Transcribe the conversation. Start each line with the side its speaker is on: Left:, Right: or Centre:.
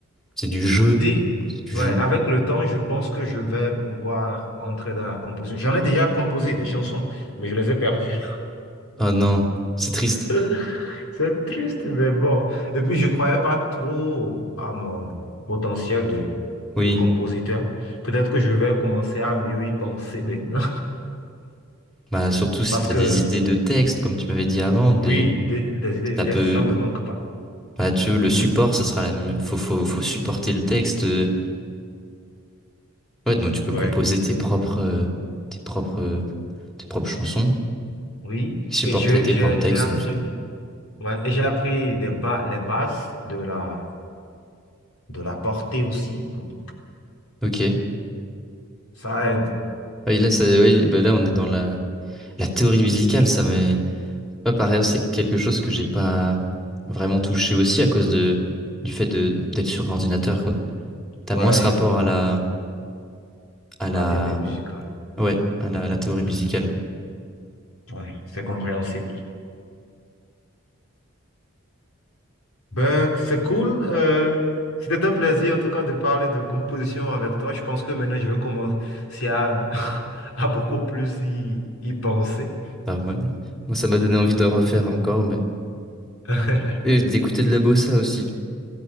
Centre: c'est du jeu.
Left: Si,
Centre: C'est du
Left: ouais,
Centre: jeu.
Left: avec le temps, je pense que je vais pouvoir entrer dans la composition. J'en ai déjà composé des chansons, mais je les ai perdues.
Centre: Oh non, c'est triste.
Left: <laughs> C'est triste, mais bon. Et puis, je ne croyais pas trop à mon potentiel de,
Centre: Oui.
Left: de compositeur. Peut-être que je vais commencer à mieux y penser maintenant.
Centre: Bah surtout si
Left: <laughs> Parce
Centre: t'as
Left: que
Centre: des idées de texte, comme tu m'avais dit avant, des
Left: Oui, des, des idées
Centre: ça
Left: de test,
Centre: peut
Left: ça me manque pas.
Centre: bah tu veux, le support, ça sera la mieux- faut, faut faut supporter le texte. euh. Ouais, donc tu peux
Left: Ouais.
Centre: composer tes propres euh, tes propres euh, tes propres chansons,
Left: Oui,
Centre: qui supporteraient
Left: et je,
Centre: tes
Left: j'ai,
Centre: propres textes.
Left: j'ai appris,
Centre: dans le sens.
Left: ouais, et j'ai appris des ba- les bases de la, de la portée aussi. Donc,
Centre: Ok.
Left: ça aide.
Centre: Oui, là ça oui, bah là on est dans la la théorie musicale, ça m'est pas pareil, c'est quelque chose que j'ai pas vraiment touché aussi à cause de du fait de d'être sur ordinateur quoi. T'as
Left: Ouais,
Centre: moins ce rapport
Left: je vois.
Centre: à la à la,
Left: La théorie musicale.
Centre: ouais, à la, à la théorie
Left: Mhm.
Centre: musicale.
Left: Ouais, c'est compréhensible. Ben, c'est cool. euh, c'était un plaisir en tout cas de parler de composition avec toi. Je pense que maintenant je vais commencer à, <laughs> à beaucoup plus y, y penser.
Centre: Enfin, moi, moi, ça m'a donné envie de refaire encore, mais
Left: <laughs>
Centre: et d'écouter de la bossa aussi.